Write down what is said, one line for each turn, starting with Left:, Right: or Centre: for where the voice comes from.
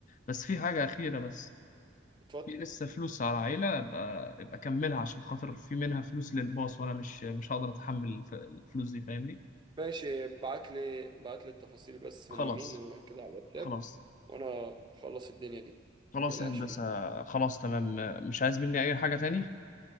Left: بس في حاجه اخيره بس
Right: اتفضل
Left: في لسه فلوس على عيلة يبقى يبقى كملها عشان خاطر في منها فلوس للباص وانا مش مش هقدر اتحمل الف- الفلوس دي فاهمني
Right: ماشي بعت لي بعت لي التفاصيل بس
Left: خلاص
Right: هم مين وكده على الواتساب
Left: خلاص
Right: وأنا أخلص الدنيا دي
Left: خلاص
Right: متقلقش
Left: يا هندسة
Right: منها
Left: خلاص تمام مش عايز مني اي حاجة تاني